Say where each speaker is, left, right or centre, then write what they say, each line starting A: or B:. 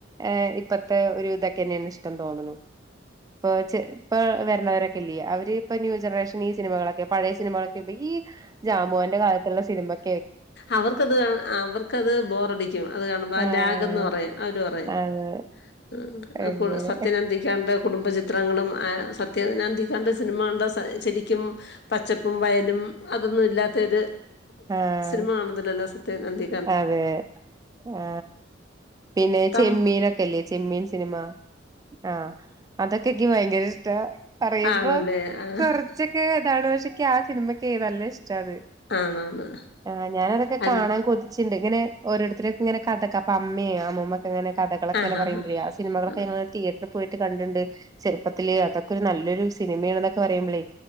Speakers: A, on the right (about 20°); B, on the left (about 60°).
A: ഏ ഇപ്പത്തെ ഒരു ഇതൊക്കെ തന്നെയാണ് ഇഷ് തോന്നണു ഇപ്പോ ചെ പ്പോൾ വരണവരൊക്കെ ഇല്ലേ അവര്പ്പ ന്യൂ ജനറേഷൻ ഈ സിനിമകളൊക്കെ പഴയ സിനിമകളൊക്കെ ഇപ്പ ഈ ജാമുവാന്റെ കാലത്തുള്ള സിനിമയ്
B: അവർക്കത് കാണ അവർക്കത് ബോറടിക്കും. അത് കാണുമ്പ
A: ആഹ്
B: ലാഗന്ന് പറയും അവര് പറയും
A: അതെ
B: ഇഹ് അപ്പോള്
A: അങ്ങനെ
B: സത്യനന്തിക്കാടിൻ്റെ കുടുംബ ചി ചിത്രങ്ങളും ആ സത്യനന്തിക്കാടിൻ്റെ സിനിമ കണ്ടാ സ ശരിക്കും പച്ചപ്പും വയലും അതൊന്നും ഇല്ലാത്തരു
A: ആഹ്
B: സിനിമ കാണുന്നതില്ലല്ല സത്യൻ അന്തി
A: അതെ ആ പിന്നെ
B: തം
A: ചെമ്മീനൊക്കെല്ലേ ചെമ്മീൻ സിനിമ ആ അതൊക്കെ ഇക്ക് ഭയങ്കര ഇഷ്ടാ പറയുമ്പോ
B: ആണല്ലേ ആ
A: കൊറച്ചൊക്കെ ഇതാണ് പക്ഷേ ക്ക് ആ സിനിമക്കേ നല്ല ഇഷ് ച്ചത്
B: ആണാണ്
A: ആ ഹ്ങാ ഞാനതൊക്കെ
B: അന
A: കാണാൻ കൊതി ഇങ്ങനെ ഓരോരുത്തര് ഇങ്ങനെ കഥക്ക അപ്പ അമ്മേം അമ്മുമ്മ അങ്ങനെ കഥകളക്കിങ്ങന
B: ആഹാ
A: പറയ്മ്പഴേ
B: ഹാ
A: സിനിമകളൊക്കെ
B: ഹാ
A: ഞങ്ങൾ തിയേ അവ്ട പോയിട്ട് കണ്ടിണ്ട്. ചെറുപ്പത്തിലേ അതൊക്ക ഒരു നല്ലൊരു സിനിമയാണൊന്നക്ക പറയുമ്പളേ